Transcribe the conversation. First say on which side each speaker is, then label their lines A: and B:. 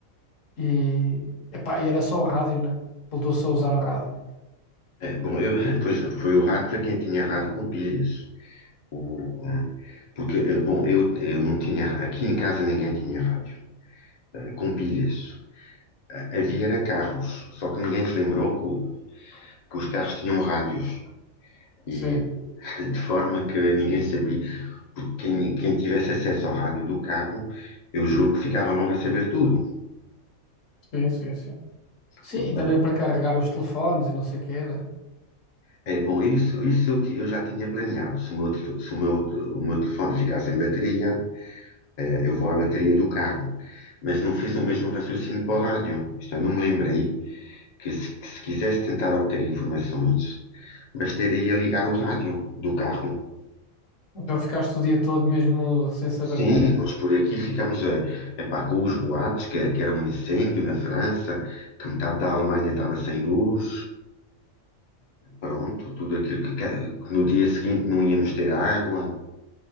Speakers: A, on the left; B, on the left.
A: E, epá, e era só o rádio, né? Voltou-se a usar o rádio.
B: Eh, Bom, eu, <laughs> pois, foi o rádio para quem tinha rádio com pilhas. O, eh, porque, eh, bom, eu, eu não tinha, aqui em casa ninguém tinha rádio, eh, com pilhas. Ah, Havia era carros, só que ninguém se lembrou que, o- que os carros tinham rádios. E
A: Sim,
B: <laughs> de forma que ninguém sabia, porque quem, quem tivesse acesso ao rádio do carro, eu juro que ficava logo a saber tudo.
A: sim, sim, sim. Sim,
B: Porque,
A: e também
B: eh,
A: para carregar os telefones e não sei o quê, né?
B: é bom, isso, isso eu, ti- eu já tinha planeado. Se o meu, tel- se o meu, te- o meu telefone ficar sem bateria, eh, eu vou à bateria do carro. Mas não fiz o mesmo raciocínio para o rádio. Isto eu não me lembrei que se, que se quisesse tentar obter informações, bastaria ligar o rádio do carro.
A: Então ficaste o dia todo mesmo sem saber
B: Sim,
A: nada.
B: nós por aqui ficamos a, epá, com os boatos, que, que era um incêndio na França, que metade da Alemanha estava sem luz, pronto, tudo aquilo que, que- que no dia seguinte não íamos ter água.